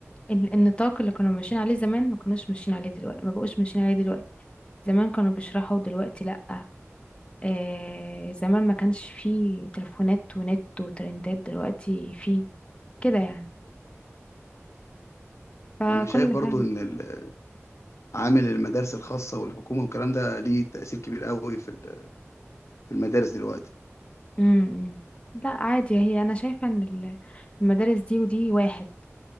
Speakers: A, on the left; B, on the left.
A: ال- النطاق اللي كانوا ماشيين عليه زمان ما كانوش ماشيين عليه دلوقتي ما بقوش ماشيين عليه دلوقتي زمان كانوا بيشرحوا دلوقتي لا آه زمان ما كانش فيه تليفونات ونت وترندات دلوقتي فيه كده يعني فكل
B: وانا شايف برضو
A: حاجة
B: ان ال- عامل المدارس الخاصه والحكومه والكلام ده ليه تاثير كبير قوي في ال- في المدارس دلوقتي
A: امم لا عادي هي انا شايفة ان ال- المدارس دي ودي واحد